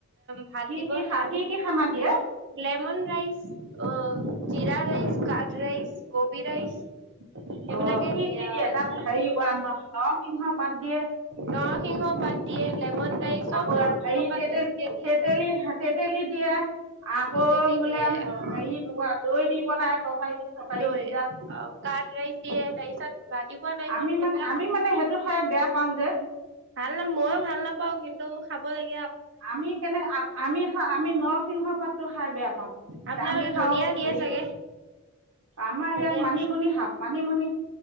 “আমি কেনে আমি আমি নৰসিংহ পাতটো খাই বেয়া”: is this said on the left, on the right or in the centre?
Right